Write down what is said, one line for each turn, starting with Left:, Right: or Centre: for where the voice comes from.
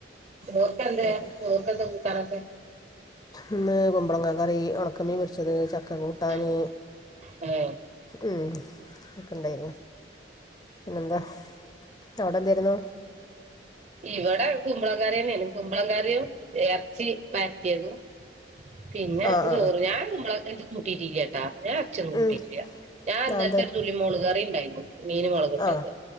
Right: ർ കണ്ട
Left: അതെ
Right: കന്ത പോട്ടാരക്ക
Left: ഇന്ന് കുമ്പളങ്ങ കറി ഉണക്കമീൻ പൊരിച്ചത് ഒക്കെ കൂട്ടാന്
Right: ആഹ് ഏഹ്
Left: ഉ ഒക്കെണ്ടായിരുന്നു പിന്നെന്താ അവിടെ എന്തായിരുന്നു
Right: ഇവിടെ കുമ്പളകാരിന്ന കുമ്പളംകറും ഇറച്ചി വരട്ടിയതും പിന്നെ
Left: ആഹ്
Right: ചോറ്
Left: ആഹ് ആഹ്
Right: ഞാൻ കുമ്പളങ്ങക്കെ എത് കൂട്ടിയിട്ടില്ലാട്ടാ ഞാൻ അച്ഛന്നും കൂട്ടിയിട്ടില്ല
Left: ഉം
Right: ഞാൻ ഇന്നലത്തെ
Left: ആഹ് എന്ത്
Right: ഒരു തുള്ളി മോര് കയറി ഉണ്ടായിരുന്നു മീൻ മുളകിട്ടത്
Left: ആഹ്